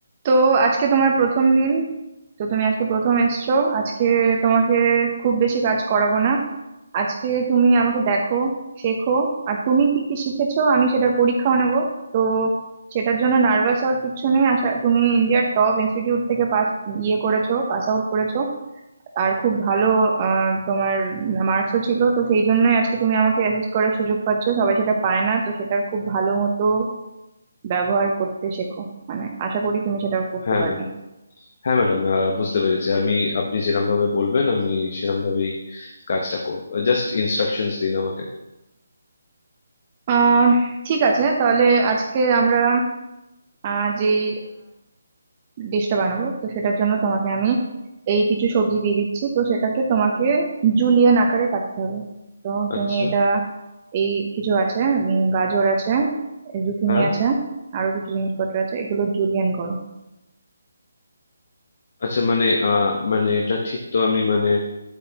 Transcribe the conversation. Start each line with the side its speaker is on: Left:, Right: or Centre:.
Right: তো আজকে তোমার প্রথম দিন তো তুমি আজকে প্রথম এসছো আজকে তোমাকে খুব বেশি কাজ করাবো না আজকে তুমি আমাকে দেখো শেখো আর তুমি কি কি শিখেছো আমি সেটার পরীক্ষাও নেব তো সেটার জন্য নার্ভাস হওয়ার কিছু নেই আশা তুমি ইন্ডিয়ার টপ ইনস্টিটিউট থেকে পাস ইয়ে করেছো পাস আউট করেছো আর খুব ভালো আহ, তোমার মার্কসও ছিল তো সেই জন্যই আজকে তুমি আমাকে অ্যাসিস্ট করার সুযোগ পাচ্ছো সবাই সেটা পায় না তো সেটার খুব ভালো মতো ব্যবহার করতে শেখো মানে আশা করি তুমি সেটা করতে
Left: হ্যাঁ
Right: পারবে
Left: ম্যাডাম হ্যাঁ ম্যাডাম বুঝতে পেরেছি আমি আপনি যেরকম ভাবে বলবেন আমি সেরকম ভাবেই কাজটা করব জাস্ট ইনস্ট্রাকশনস দিন আমাকে
Right: আহ ঠিক আছে তাহলে আজকে আমরা আহ যেই ডিশটা বানাবো তো সেটার জন্য তোমাকে আমি এই কিছু সবজি দিয়ে দিচ্ছি তো সেটাকে তোমাকে জুলিয়ান আকারে কাটতে হবে তো
Left: আচ্ছা
Right: তুমি এটা এই কিছু আছে উম, গাজর আছে জুকিনি
Left: হ্যাঁ
Right: আছে আরো কিছু জিনিসপত্র আছে এগুলো জুলিয়ান করো
Left: আচ্ছা মানে আহ, মানে এটা ঠিক তো আমি মানে